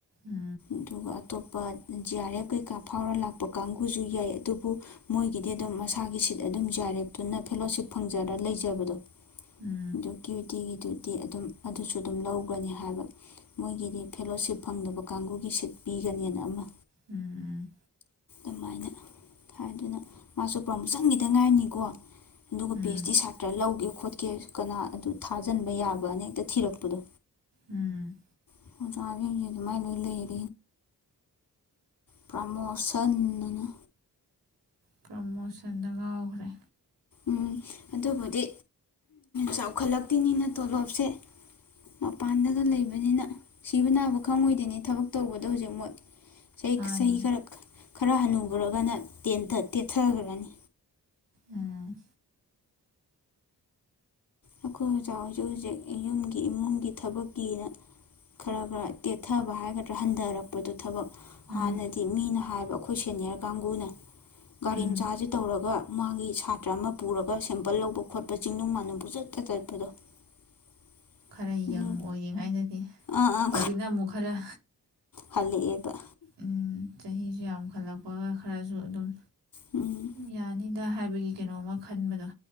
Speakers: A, on the right; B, on the left.
A: ꯎꯝ
B: ꯑꯗꯨꯒ ꯑꯇꯣꯞꯄ ꯖꯤ ꯑꯥꯔ ꯑꯦꯐ ꯀꯩꯀꯥ ꯐꯥꯎꯔ ꯂꯥꯛꯄ ꯀꯥꯡꯒꯨꯖꯨ ꯌꯥꯏ ꯑꯗꯨꯕꯨ ꯃꯣꯏꯒꯤꯗꯤ ꯑꯗꯨꯝ ꯃꯁꯥꯒꯤ ꯁꯤꯠ ꯑꯗꯨꯝ ꯖꯤ ꯑꯥꯔ ꯑꯦꯐ ꯇꯨꯅ ꯐꯦꯂꯣꯁꯤꯞ ꯐꯪꯖꯔ ꯂꯩꯖꯕꯗꯣ
A: ꯎꯝ
B: <unintelligible> ꯀ꯭ꯌꯨ ꯌꯨ ꯇꯤ ꯒꯤ ꯑꯗꯨꯗꯤ ꯑꯗꯨꯝ ꯑꯗꯨꯁꯨ ꯑꯗꯨꯝ ꯂꯧꯒꯅꯤ ꯍꯥꯏꯕ ꯃꯣꯏꯒꯤꯗꯤ ꯐꯦꯂꯣꯁꯤꯞ ꯐꯪꯗꯕ꯫ ꯀꯥꯡꯒꯨ꯫ ꯁꯤꯠ ꯄꯤꯒꯅꯦꯅ ꯑꯃ꯫
A: ꯎꯝ ꯎꯝ꯫
B: ꯑꯗꯨꯃꯥꯏꯅ ꯍꯥꯏꯗꯨꯅ ꯃꯥꯁꯨ ꯄ꯭ꯔꯃꯣꯁꯟ ꯒꯤꯗ ꯉꯥꯏꯔꯤꯅꯤꯀꯣ꯫ ꯑꯗꯨꯒ
A: ꯎꯝ
B: ꯄꯤ ꯍꯩ ꯗꯤ ꯁꯥꯇ꯭ꯔ ꯂꯧꯒꯦ꯫ ꯈꯣꯠꯀꯦ ꯀꯅꯥ ꯑꯗꯨ ꯊꯥꯖꯤꯟꯕ ꯌꯥꯕꯅ ꯍꯦꯛꯇ ꯊꯤꯔꯛꯄꯗꯣ꯫
A: ꯎꯝ꯫
B: ꯑꯣꯖꯥꯒꯩꯒꯤ ꯑꯗꯨꯃꯥꯏꯅ ꯂꯣꯏ ꯂꯩꯌꯦ꯫ ꯄ꯭ꯔꯃꯣꯁꯟ ꯑꯅ꯫
A: ꯄ꯭ꯔꯃꯣꯁꯟꯗ ꯉꯥꯎꯒꯔꯦ꯫
B: ꯎꯝ ꯑꯗꯨꯕꯨꯗꯤ ꯆꯥꯎꯈꯠꯂꯛꯇꯣꯏꯅꯤꯅ ꯇꯣꯂꯣꯞꯁꯦ ꯃꯄꯥꯟꯗꯒ ꯂꯩꯕꯅꯤꯅ ꯁꯤꯕ ꯅꯥꯕ ꯈꯪꯉꯣꯏꯗꯣꯏꯅꯦ ꯊꯕꯛ ꯇꯧꯕꯗ ꯍꯧꯖꯤꯛ ꯃꯣꯏ꯫ ꯆꯍꯤ
A: ꯃꯥꯅꯤ
B: ꯆꯍꯤ ꯈꯔꯛ ꯈꯔ ꯍꯟꯅꯨꯒꯔꯥꯒꯅ ꯇꯦꯟꯊ ꯇꯦꯊꯒ꯭ꯔꯅꯤ꯫
A: ꯎꯝ꯫
B: ꯑꯩꯈꯣꯏ ꯑꯣꯖꯥ ꯍꯣꯏꯖꯨ ꯍꯧꯖꯤꯛ ꯌꯨꯝꯒꯤ ꯏꯃꯨꯡꯒꯤ ꯊꯕꯛꯀꯤꯅ ꯈꯔ ꯈꯔ ꯇꯦꯊꯕ ꯍꯥꯏꯒꯗ꯭ꯔꯥ ꯍꯟꯊꯔꯛꯄꯗꯣ꯫ ꯊꯕꯛ
A: ꯎꯝ
B: ꯍꯥꯟꯅꯗꯤ ꯃꯤꯅ ꯍꯥꯏꯕ ꯑꯩꯈꯣꯏ ꯁꯦꯅꯤꯌꯥꯔ ꯀꯥꯡꯕꯨꯅ꯫ ꯒꯥꯔꯤꯝ
A: ꯎꯝ
B: ꯆꯥꯖꯤ ꯇꯧꯔꯒ ꯃꯥꯒꯤ ꯁꯥꯇ꯭ꯔ ꯑꯃ ꯄꯨꯔꯒ ꯁꯦꯝꯄꯜ ꯂꯧꯕ ꯈꯣꯠꯄ ꯆꯤꯡꯅꯨꯡ ꯃꯥꯅꯨꯡ ꯄꯨꯡꯆꯠ <unintelligible>
A: ꯈꯔ
B: ꯑꯗꯨ
A: ꯌꯪ ꯑꯣꯏꯔꯤꯉꯥꯏꯗꯗꯤ
B: ꯑꯥ ꯑꯥ
A: ꯍꯧꯖꯤꯛꯅ ꯑꯃꯨꯛ ꯈꯔ
B: ꯍꯜꯂꯛꯑꯦꯕ
A: ꯎꯝ꯫ ꯆꯍꯤꯁꯨ ꯌꯥꯝꯈꯠꯂꯛꯄꯒ ꯈꯔꯖꯨ ꯑꯗꯨꯝ
B: ꯎꯝ
A: ꯌꯥꯅꯤ꯫ ꯗ ꯍꯥꯏꯕꯒꯤ ꯀꯩꯅꯣꯝꯃ ꯈꯟꯕꯗꯣ꯫